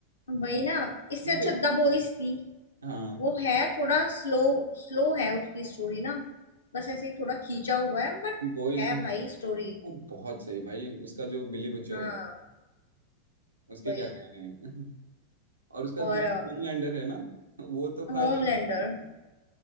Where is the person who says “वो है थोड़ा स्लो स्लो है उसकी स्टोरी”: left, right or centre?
Left